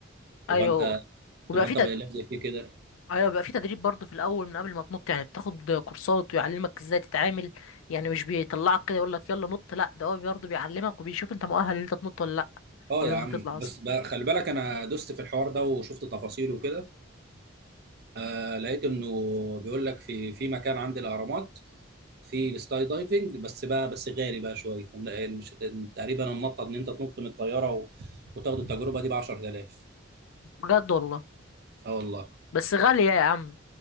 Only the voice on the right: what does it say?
تبقى انت
تبقى انت
لازق فيه كده
اه
يا عم
بس
بقى خلي بالك انا دوست في الحوار ده وشفت تفاصيله وكده آه لقيت انه بيقول لك في في مكان عند الاهرامات في السكاي دايفنج بس بقى بس غالي بقى شويه إن- مش- إن- تقريبا النطه ان انت تنط من الطياره و... وتاخد التجربه دي ب 10000
اه والله